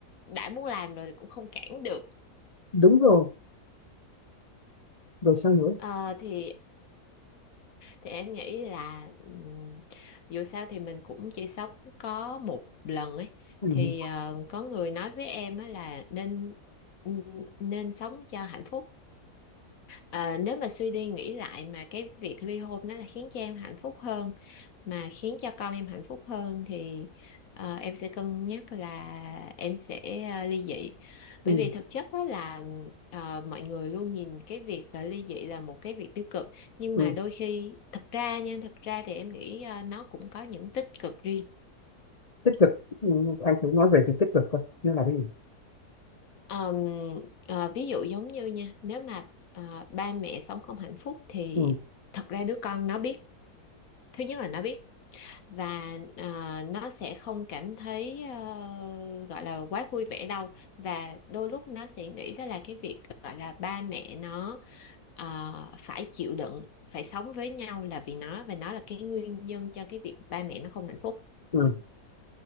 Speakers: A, on the left; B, on the left.
A: đã muốn làm rồi thì cũng không cản được
B: đúng rồi rồi sao nữa
A: Ờ, thì thì em nghĩ là ừm, dù sao thì mình cũng chỉ sống có một lần ấy
B: ừ,
A: thì ờ, có người nói với em á là nên nên sống cho hạnh phúc Ờ, nếu mà suy đi nghĩ lại mà cái việc ly hôn nó là khiến cho em hạnh phúc hơn mà khiến cho con em hạnh phúc hơn thì ờ, em sẽ cân nhắc là em sẽ ờ, ly dị
B: ừ,
A: bởi vì thực chất đó là ờ, mọi người luôn nhìn cái việc ờ, ly dị là một cái việc tiêu cực nhưng
B: ừ.
A: mà đôi khi thật ra nha thật ra thì em nghĩ ờ, nó cũng có những tích cực riêng
B: tích cực ừ, anh thử nói về việc tích cực coi nó là cái gì
A: Ờm, ờ, ví dụ giống như nha nếu mà ờ, ba mẹ sống không hạnh phúc thì
B: ừ,
A: thật ra đứa con nó biết thứ nhất là nó biết và à, nó sẽ không cảm thấy ờ, gọi là quá vui vẻ đâu và đôi lúc nó sẽ nghĩ đó là cái việc gọi là ba mẹ nó ờ, phải chịu đựng phải sống với nhau là vì nó và nó là cái nguyên nhân cho cái việc ba mẹ nó không hạnh phúc
B: ừ,